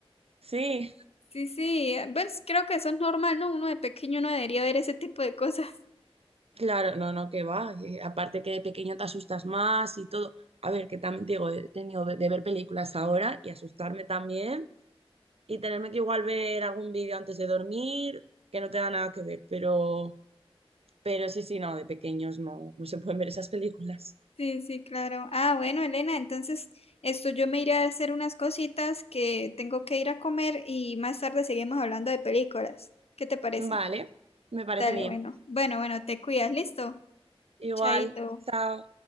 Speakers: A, on the right; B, on the left.
A: Sí,
B: Sí, sí, eh, pues creo que eso es normal, ¿no? Uno de pequeño no debería ver ese tipo de cosas.
A: claro, no, no, que va. eh, aparte que de pequeño te asustas más y todo. A ver, que también te digo, he tenido de, de ver películas ahora y asustarme también y tenerme que igual ver algún vídeo antes de dormir, que no te da nada que ver, pero, pero sí, sí, no, de pequeños no, no se pueden ver esas películas.
B: Sí, sí, claro. Ah, bueno, Elena, entonces esto yo me iré a hacer unas cositas que tengo que ir a comer y más tarde seguimos hablando de películas. ¿Qué te parece?
A: Vale, me parece
B: Dale,
A: bien.
B: bueno. Bueno, bueno, te cuidas, listo.
A: Igual,
B: Chaito.
A: chao.